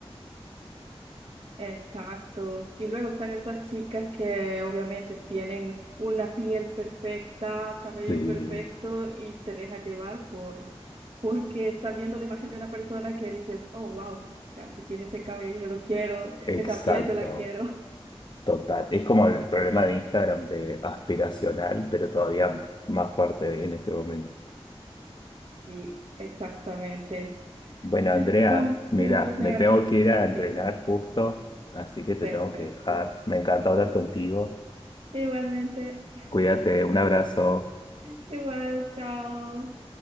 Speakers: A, on the right (about 65°); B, on the left (about 45°).
A: Exacto. Y luego están estas chicas que obviamente tienen una piel perfecta, cabello
B: Sí,
A: perfecto y te deja llevar por porque estás viendo la imagen de una persona que dices, oh, wow, o sea, si tiene ese cabello, yo lo quiero,
B: exacto,
A: esa piel, yo la quiero.
B: total. Es como el problema de Instagram de aspiracional, pero todavía más fuerte en este momento.
A: Y exactamente.
B: Bueno,
A: <laughs>
B: Andrea,
A: Son
B: mira,
A: puntos negativos
B: me tengo que ir
A: y positivos.
B: a entrenar justo, así que te
A: Perfecto.
B: tengo que dejar. Me encanta hablar contigo.
A: Igualmente.
B: Cuídate, un abrazo.
A: <laughs> Igual, chao.